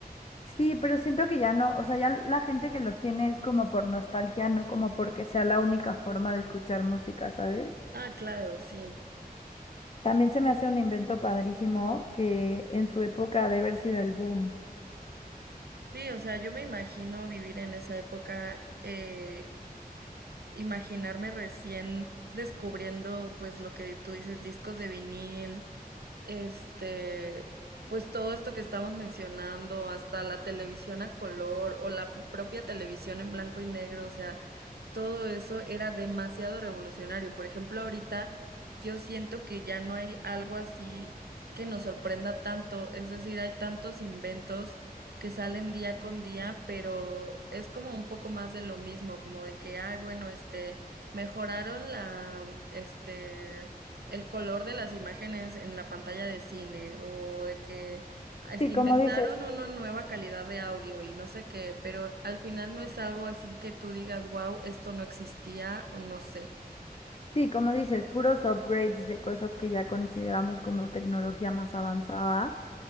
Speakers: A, on the left (about 40°); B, on the right (about 85°).
A: Sí, pero siento que ya no, o sea, ya la gente que los tiene es como por nostalgia, no como porque sea la única forma de escuchar música, ¿sabes?
B: Ah, claro, sí.
A: También se me hace un invento padrísimo que en su época ha de haber sido el boom.
B: Sí, o sea, yo me imagino vivir en esa época, eh, imaginarme recién descubriendo, pues lo que tú dices, discos de vinil este, pues todo esto que estamos mencionando, hasta la televisión a color o la propia televisión en blanco y negro, o sea, todo eso era demasiado revolucionario. Por ejemplo, ahorita yo siento que ya no hay algo así que nos sorprenda tanto, es decir, hay tantos inventos que salen día con día, pero es como un poco más de lo mismo, como de que, ay, bueno, este, mejoraron la, este, el color de las imágenes en la pantalla de cine, o de que as-
A: Sí,
B: Inventaron
A: como dices,
B: una nueva calidad de audio y no sé qué, pero al final no es algo así que tú digas, wow, esto no existía o no sé.
A: sí, como dices, puros upgrades de cosas que ya consideramos como tecnología más avanzada.